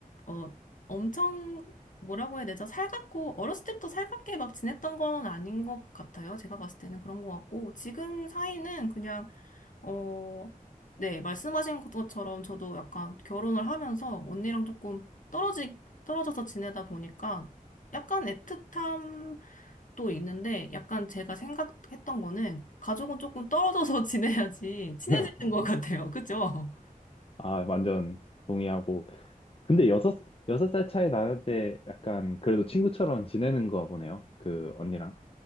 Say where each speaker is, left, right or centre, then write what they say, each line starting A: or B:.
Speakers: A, on the left; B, on the left.
A: 어, 엄청 뭐라고 해야 되죠? 살갑고 어렸을 때부터 살갑게 막 지냈던 건 아닌 것 같아요. 제가 봤을 때는 그런 것 같고 지금 사이는 그냥 어, 네, 말씀하신 것처럼 저도 약간 결혼을 하면서 언니랑 조금 떨어지 떨어져서 지내다 보니까 약간 애틋함 또 있는데 약간 제가 생각했던 거는 가족은 조금 떨어져서 <laughs> 지내야지 친해지는
B: <laughs>
A: 것 같아요. 그죠?
B: 아, 완전 동의하고 근데 여섯, 여섯 살 차이 나는데 약간 그래도 친구처럼 지내는 거 보네요. 그 언니랑.